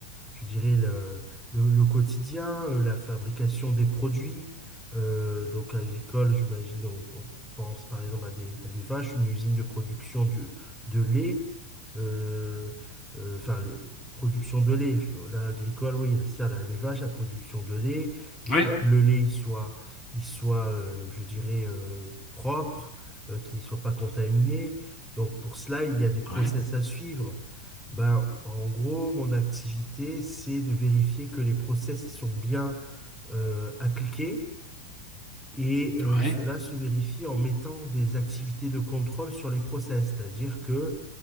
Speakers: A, in the centre; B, on the left (about 35°).
A: je dirais le, le- le quotidien, euh, la fabrication des produits. euh, donc agricole, j'imagine, on, on pense par exemple à des, à des vaches, une usine de production de, de lait. euh, euh, enfin, le, production de lait, l'agricole, oui, ça, là, les vaches, la production de lait, il
B: ouais,
A: faut que le lait il soit, il soit euh, je dirais, euh, propre, euh, qu'il ne soit pas contaminé. Donc pour cela, il y a des process
B: ouais,
A: à suivre. Ben, en gros, mon activité, c'est de vérifier que les process ils sont bien euh, appliqués. Et euh,
B: ouais,
A: cela se vérifie en mettant des activités de contrôle sur les process, c'est-à-dire que